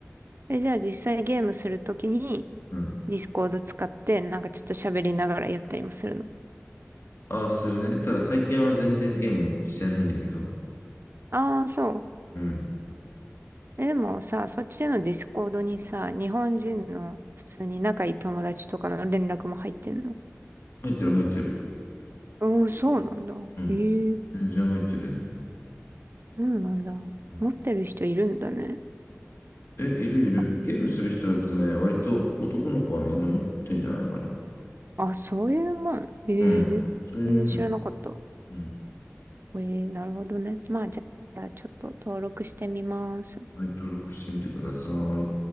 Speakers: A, on the right (about 50°); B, on the left (about 60°).
A: え、じゃあ実際ゲームするときに、
B: うん。
A: ディスコード使って、なんかちょっと喋りながらやったりもするの。
B: ああ、するね。ただ最近は全然ゲームしてないんだけど。
A: ああ、そう。
B: うん。
A: え、でもさ、そっちのディスコードにさ、日本人の普通に仲いい友達とかの連絡も入ってんの
B: 入ってる入ってる。
A: おおー、そうなんだ。
B: うん。
A: ええ
B: 全然入ってるね。
A: そうなんだ。
B: うん
A: 持ってる人いるんだね。
B: え、いるいる。
A: あ、
B: ゲームする人だとね、割と男の子はみんな持ってんじゃないかな。
A: あ、そういうもん。ええ全然知らなかった。
B: うん。それもんや。うん。
A: ええなるほどね。まあ、じゃあ、じゃあちょっと登録してみます。
B: はい、登録してみてください。